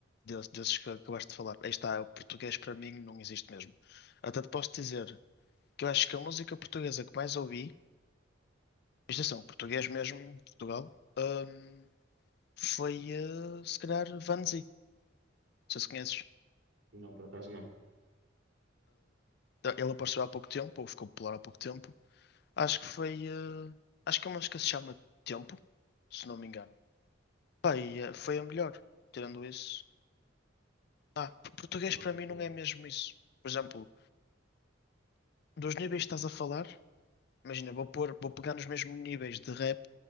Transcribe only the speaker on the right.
Não, por acaso não.
Ok.